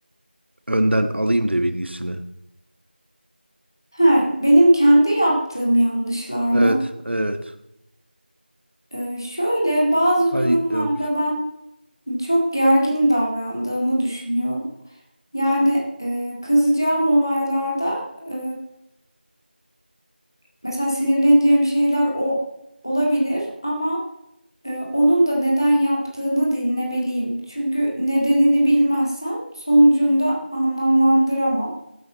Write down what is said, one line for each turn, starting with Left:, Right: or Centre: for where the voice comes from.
Right: Önden alayım da bilgisini.
Left: Ha, benim kendi yaptığım yanlışlar
Right: Evet,
Left: mı?
Right: evet.
Left: Ee, şöyle bazı
Right: Ay,
Left: durumlarda
Right: yok.
Left: ben çok gergin davrandığımı düşünüyorum. Yani e, kızacağım olaylarda e, mesela sinirleneceğim şeyler o olabilir ama e, onun da neden yaptığını dinlemeliyim. Çünkü nedenini bilmezsem sonucunu da anlamlandıramam